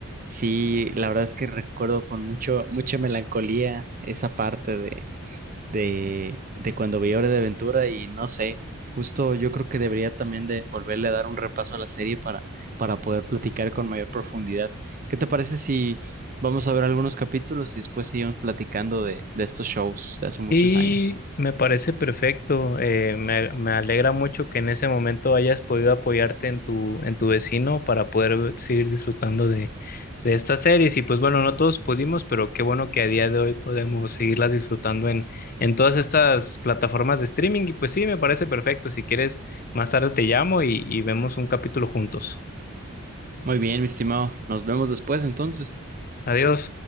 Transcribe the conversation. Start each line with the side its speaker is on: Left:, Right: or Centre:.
Right: sí, la verdad es que recuerdo con mucho, mucha melancolía esa parte de, de, de cuando vi Hora de Aventura y no sé, justo yo creo que debería también de volverle a dar un repaso a la serie para, para poder platicar con mayor profundidad. ¿Qué te parece si vamos a ver algunos capítulos y después seguimos platicando de, de estos shows de hace muchos
Left: Y
Right: años?
Left: me parece perfecto. eh, me, me alegra mucho que en ese momento hayas podido apoyarte en tu, en tu vecino para poder ver- seguir disfrutando de, de estas series. Y pues bueno, no todos pudimos, pero qué bueno que a día de hoy podemos seguirlas disfrutando en, en todas estas plataformas de streaming. Y pues sí, me parece perfecto. Si quieres, más tarde te llamo y, y vemos un capítulo juntos.
Right: Muy bien, mi estimado. Nos vemos después entonces.
Left: Adiós.